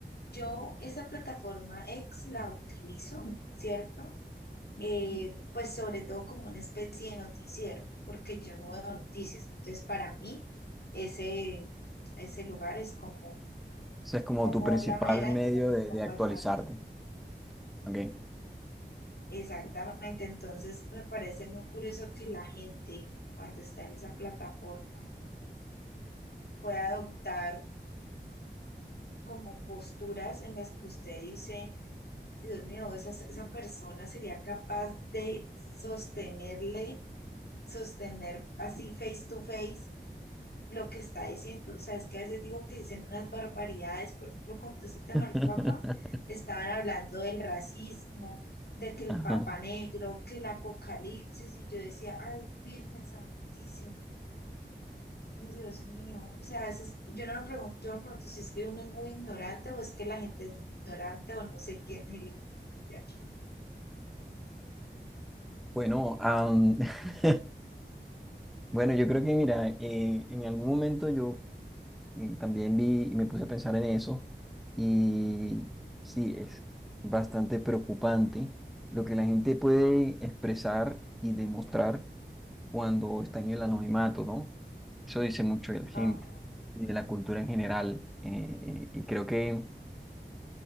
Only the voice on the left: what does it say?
Yo esa plataforma X la utilizo, ¿cierto? Eh, pues sobre todo como una especie de noticiero, porque yo no veo noticias. Entonces, para mí, ese, ese lugar es como,
como
la manera
en que me pongo
al tanto.
Exactamente. Entonces, me parece muy curioso que la gente, cuando está en esa plataforma, pueda adoptar como posturas en las que usted dice. Dios mío, esa, esa persona sería capaz de sostenerle, sostener así face to face lo que está diciendo. O sea, es que a veces digo que dicen unas barbaridades, por ejemplo, con todo este tema
del Papa, estaban hablando del racismo, de que el
Papa negro, que el apocalipsis, y yo decía, ay, Virgen Santísima. y Dios mío, o sea, a veces yo no me pregunto, yo me pregunto si es que uno es muy ignorante o es que la gente es muy ignorante o no sé quién es el ignorante de aquí.
Ajá.